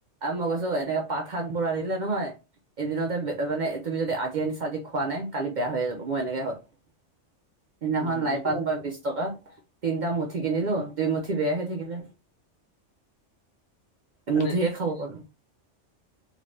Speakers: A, on the right; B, on the left.
A: আৰু মই কৈছো এনেকাে পাঠ শাক বোৰ আনিলে নহয় এদিনতে মানে তুমি যদি আজি আনিছা আজি খোৱা নাই কালি বেয়া হৈয়ে যাব মোৰ এনেকেৱা হ'ল। <inaudible> সেইদিনাখন
B: উম
A: লাই
B: এইটো
A: পাত বিশ টকা তিনটা মুঠি কিনিলো দুই মুঠি বেয়া হৈ থাকিলে। এমুঠিহে
B: মানে
A: খাব পালোঁ।